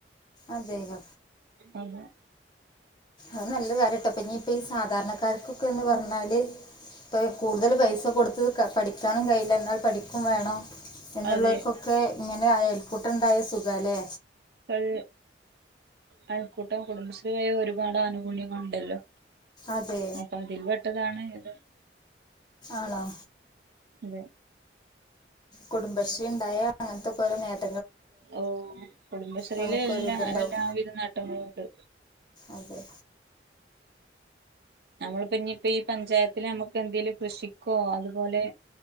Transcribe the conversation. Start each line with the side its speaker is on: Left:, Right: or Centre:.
Left: അതെയൊ
Right: അതെ
Left: അത് നല്ല കാര്യട്ടൊ അപ്പഞ്ഞി ഇപ്പൊ ഈ സാധാരണക്കാർക്കൊക്കെന്ന് പറഞ്ഞാല് ഇപ്പ കൂടുതല് പൈസ കൊടുത്ത് പഠിക്കാനും കഴിയില്ല എന്നാൽ പഠി ക്കും വേണം എന്നുള്ളവർക്കൊക്കെ
Right: അതെ
Left: ഇങ്ങനെ ആയാൽ പുട്ടുണ്ടായ സുഖാല്ലേ
Right: ൾ അയൽക്കൂട്ടം കുടുംബശ്രീ വഴി ഒരുപാട് ആനുകൂല്യങ്ങളുണ്ടല്ലോ
Left: അതെ
Right: അപ്പൊ അതിൽ പെട്ടതാണ് ഇത്
Left: ആണോ
Right: അതെ
Left: കുടുംബശ്രീ ഉണ്ടായാ അങ്ങനത്തൊക്കെ ഒരൊ <unintelligible>
Right: ഓ കുടുംബശ്രീയിലെ
Left: നമുക്കൊരിതുണ്ടാവും
Right: എല്ലാ എല്ലാവിധ നേട്ടങ്ങളും ഉണ്ട്
Left: അതെ
Right: നമ്മളിപ്പോ ഇനിയിപ്പ ഈ പഞ്ചായത്തില് നമുക്ക് എന്തേലും കൃഷിക്കോ അതുപോലെ